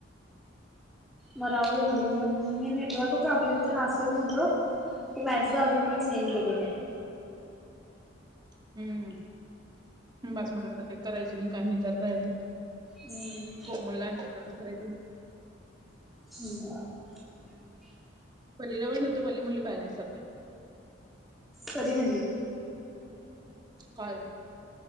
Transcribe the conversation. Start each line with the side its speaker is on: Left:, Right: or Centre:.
Centre: म राहु दे म्हणलो म मी नेटवर्क प्रॉब्लेम तर नसेल म्हणलो ते मॅसेज अजून पण सेंड केली नाही
Right: <inaudible> हम्म बास मला आता काय करायचं नाही काहीचार राहिला
Centre: हम्म.
Right: कोमल लां नेकलेस करायच
Centre: हुम
Right: लीला वहीणी तो म्हंटली की बॅलस सपलाय.
Centre: कधी म्हणली.
Right: कॉल